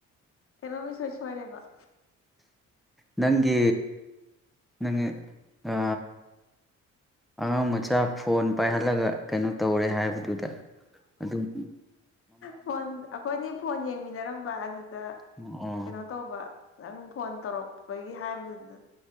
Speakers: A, on the left; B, in the centre.
A: ꯀꯩꯅꯣꯝ ꯏꯁꯣꯏ ꯁꯣꯏꯔꯦꯕ
B: ꯅꯪꯒꯤ ꯅꯪꯒꯤ ꯑ ꯑꯉꯥꯡ ꯃꯆꯥ ꯐꯣꯟ ꯄꯥꯏꯍꯜꯂꯒ ꯀꯩꯅꯣ ꯇꯧꯔꯦ ꯍꯥꯏꯕꯗꯨꯗ ꯑꯗꯨꯝ
A: ꯐꯣꯟ ꯑꯩꯈꯣꯏꯅꯤ ꯐꯣꯟ ꯌꯦꯡꯃꯤꯟꯅꯔꯝꯕ ꯑꯗꯨꯗ
B: ꯑꯣ
A: ꯀꯩꯅꯣ ꯇꯧꯕ ꯅꯪ ꯐꯣꯟ ꯇꯧꯔꯛꯄꯒꯤ ꯍꯥꯏꯗꯨꯗ